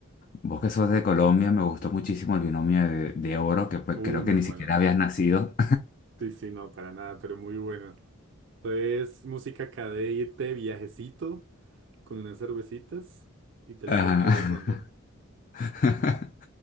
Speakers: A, on the left (about 40°); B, on the right (about 55°).
A: vos que sos de Colombia, me gustó muchísimo el binomio de, de oro, que pues,
B: Uh,
A: creo
B: muy
A: que ni
B: bueno.
A: siquiera habías nacido.
B: Sí, sí, no, para nada, pero muy bueno. entonces música acá de irte de viajecito con unas cervecitas y te
A: <laughs>
B: lo
A: Ajá.
B: ponen ahí de fondo.
A: <laughs>